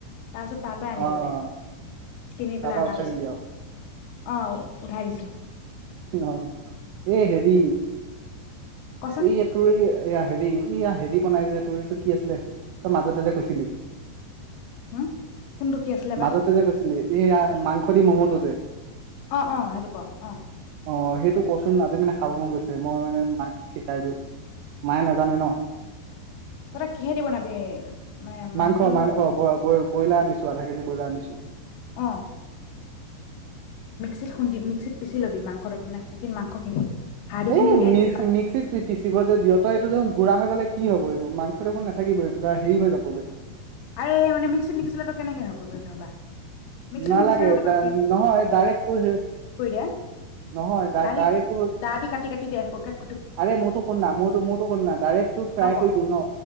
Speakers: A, on the left; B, on the right.
A: তাৰ পিছত তাৰ পৰাই আনিলো
B: অ
A: দে,
B: অ
A: কিনি
B: তাৰ
A: পেলাই
B: পৰা
A: আনা
B: উঠাই
A: গৈছে।
B: দিলি আৰু
A: অ', উঠাই দিছো।
B: অ', এ', হেৰি।
A: কচোন
B: এইয়া তোৰ এইয়া এয়া হেৰি ইয়া হেৰি বনাই যে তোৰতটো কি আছিলে তই মাজেতে যে কৈছিলি
A: হম কোনটো কি আছিলে বা
B: মাজতে যে কৈছিলি এয়া মাংস। দি মম টো যে
A: অ', -অ', সেইটো ক অ',
B: অ', সেইটো কচোন আজি মানে খাব মন গৈছে মই মানে মাক শিকাই দিওঁ মায়ে নাজানে ন',
A: তহতে, কিহেদি বনাবি? মানে মাংসটো
B: মাংস মাংস ব ব ব্ৰইলাৰ আনিছো আধা কেজি ব্ৰইলাৰ আনিছো।
A: অ মিক খুন্দিম মিক্সিত পিছি ল'বি মাংস মানে শুকিন মাংসখিনি হাৰ্ডি খিনি
B: এই
A: উলিয়াই
B: মিক্
A: দিবি
B: মিক্সিত পিচিব যে দিয়হতই এইটো যে গুড়া হৈ গলে কি হব এইটো মাংস দেখোন নাথাকিবই কিবা হেৰি হৈ যাবগৈ
A: আৰু এই মানে মিক্সিত নিপিছিলে তই কেনেকে হয় বা মিক্সিত
B: নালাগে
A: নিপিচিলে ন দ দ কৰি
B: নহয় ডাইৰেক্ট তোৰ
A: দে
B: নহয়
A: দঢ়ি
B: ডাইৰেক্ট তোৰ
A: দা দি কাটি কাটি দে ক
B: আৰে মোৰটো শুন না মোৰ মোৰটো শুন না ডাইৰেক্ট তো ফ্ৰাই
A: তই ক
B: কৰি দিওঁ ন